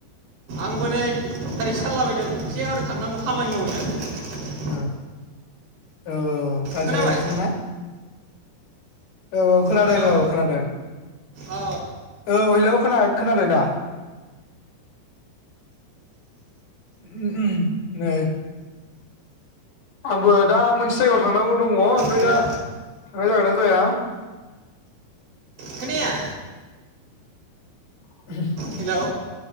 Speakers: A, on the right; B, on the left.
A: आंबो नै ओरै सालायलाबायदों एसे ओरै थांनांगौ खामानि मावैनो।
B: औ औ औ गारि
A: खोनाबाय
B: सालाय गासिनो ना? औ औ खोनादों
A: हेलौ
B: औ खोनादों।
A: औ
B: औ हेलौ खोना-खोनादों दा? ओम <unintelligible> नै आंबो दा मोनसे जायगायाव थांनांगौ दङ ओमफ्राय
A: हेलौ
B: दा थांनाय जागोन ना जाया।
A: खोनाया?
B: <unintelligible>
A: हेलौ।